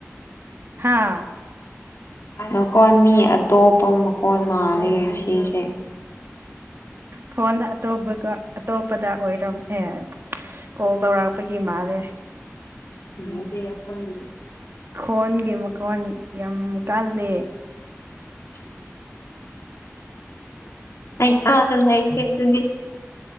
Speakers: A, on the right; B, on the left.
A: ꯍꯥꯥ
B: ꯃꯈꯣꯟ ꯃꯤ ꯑꯇꯣꯞꯄ ꯃꯈꯣꯟꯜ ꯃꯥꯜꯂꯤꯦ ꯁꯤꯁꯦ
A: ꯐꯣꯟ ꯑꯇꯣꯞꯄꯒ ꯑꯇꯣꯞꯄꯗ ꯑꯣꯏꯔꯝ ꯑꯦ ꯀꯣꯜ ꯇꯧꯔꯛꯄꯒꯤ ꯃꯥꯜꯅꯦꯦ
B: ꯎꯁꯦ ꯑꯩ
A: ꯈꯣꯟꯒꯤ ꯃꯈꯣꯟ ꯌꯥꯝ ꯀꯥꯂ
B: ꯑ ꯑ ꯂ ꯍꯥꯏ ꯀꯦ ꯀ